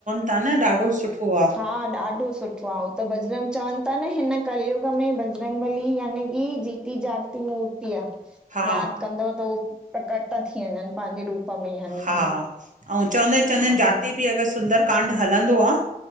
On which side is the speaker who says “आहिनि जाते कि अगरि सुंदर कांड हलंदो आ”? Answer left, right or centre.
Right